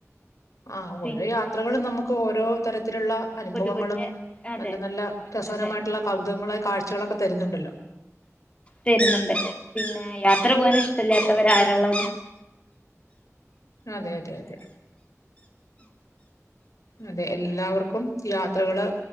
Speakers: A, on the left; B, on the left.
A: ആ
B: പിന്നെ
A: ഓരോ യാത്രകളും നമു ഓരോ തര ത്തിലുള്ള അനുഭവങ്ങളും.
B: പുതു പുതിയ അതെ
A: നല്ല നല്ല രസകരമായിട്ടുള്ള
B: അതെ
A: കൗതുകങ്ങളായ കാഴ്ചകളൊ തരുന്നുണ്ടല്ലോ.
B: തരുന്നുണ്ട്, പിന്നെ യാത്ര പോകാൻ ഇഷ്ടല്ലാത്തവരാരാള്ളത്.
A: അതെ അതെ അതെ. അതെ എല്ലാവർക്കും യാത്രകള്